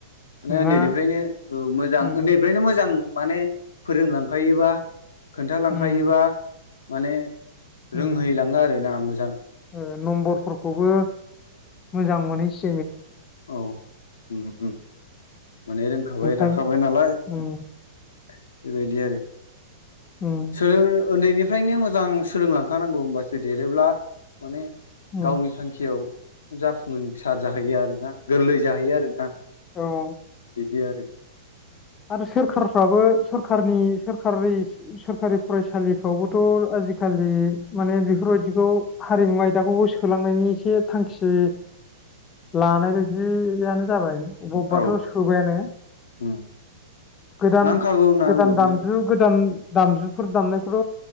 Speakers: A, on the left; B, on the left.
A: माने
B: नोंहा
A: उन्दैनिफ्रायनो मोजां
B: उम
A: उन्दैनिफ्रायनो मोजां माने फोरोंलांखायोबा खोन्थालांखायोबा
B: उम
A: माने रोंहैलाङो
B: उम
A: आरो ना मोजां।
B: ओ नम्बरफोरखौबो मोजां मोनहैसि
A: औ ओम ओम माने रोंखाबाय
B: ओमफ्राय
A: राखाबाय नालाय।
B: उम
A: बेबायदि आरो।
B: ओम।
A: सोलों उन्दैनिफ्रायनो मोजां सोलोंलांखानांगौ होमबासो देरोब्ला माने
B: उम
A: गावनि थांखियाव जाफुंसार जाहैयो आरो। ना गोरलै जाहैयो आरोना
B: औ
A: बिदि आरो
B: आरो सोरखारफ्राबो सोरखारनि सोरारि सोरखारि फरायसालिफ्रावबोथ' आजिखालि माने बेफोरबायाददिखौ हारिमु आयदाखौबो सोलांनायनि एसे थांखि
A: <inaudible>
B: लानाय बायदियानो जाबाय बबेबाथ'
A: औ
B: सोबायानो।
A: उम
B: गोदान
A: नांखागौ ना
B: गोदान
A: औ बे
B: दामजु गोदान दामजुफोर दामनायखौल